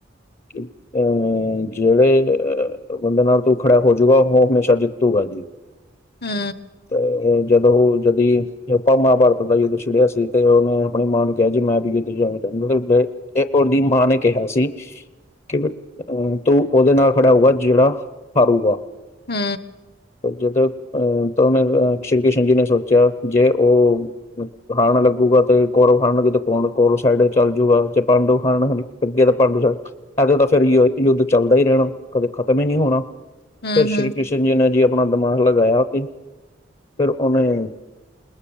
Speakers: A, on the left; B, on the left.
A: ਅ ਜਿਹੜੇ ਅਹ ਬੰਦੇ ਨਾਲ ਤੂੰ ਖੜਾ ਹੋਜੂਗਾ ਉਹ ਹਮੇਸ਼ਾ ਜਿੱਤੂਗਾ ਜੀ।
B: ਹੂ।
A: ਤੇ ਜਦੋਂ ਜਦੀ ਆਪਾਂ ਮਹਾਭਾਰਤ ਦਾ ਯੁੱਧ ਛੜਿਆ ਸੀ ਤੇ ਉਹਨੇ ਆਪਣੀ ਮਾਂ ਨੂੰ ਕਿਹਾ ਜੀ ਮੈਂ ਵੀ ਯੁੱਧ ਜਾਣਾ ਚਾਹੁੰਦਾ ਉ ਤੇ ਉਹ ਦੀ ਮਾਂ ਨੇ ਕਿਹਾ ਸੀ ਕਿ ਅ ਤੂੰ ਉਹਦੇ ਨਾਲ ਖੜਾ ਹੋਊਗਾ ਜਿਹੜਾ ਹਾਰੂਗਾ।
B: ਹੂ।
A: ਜਦੋਂ ਅਹ ਸ਼੍ਰੀ ਕ੍ਰਿਸ਼ਨ ਜੀ ਨੇ ਸੋਚਿਆ ਜੇ ਉਹ ਖਾਣ ਲੱਗੂਗਾ ਤੇ ਕੋਰਵ ਖਾਣ ਲੱਗੇ ਤੇ ਕੋਰਵ ਕੋਲੋ ਸਾਈਡ ਚੱਲ ਜੂਗਾ ਜੇ ਪਾਂਡਵ ਖਾਣ ਅੱਗੇ ਤਾਂ ਪਾਂਡੂ ਸਨ ਇਹਦੇ ਤਾਂ ਫਿਰ ਯੁੱਧ ਚੱਲਦਾ ਹੀ ਰਹਿਣਾ। ਕਦੇ ਖ਼ਤਮ ਹੀ ਨਹੀਂ ਹੋਣਾ,
B: ਹਮ
A: ਫਿਰ
B: ਹਮ
A: ਸ੍ਰੀ ਕ੍ਰਿਸ਼ਨ ਜੀ ਨੇ ਜੀ ਆਪਣਾ ਦਿਮਾਗ ਲਗਾਇਆ ਤੇ ਫਿਰ ਉਹਨੇ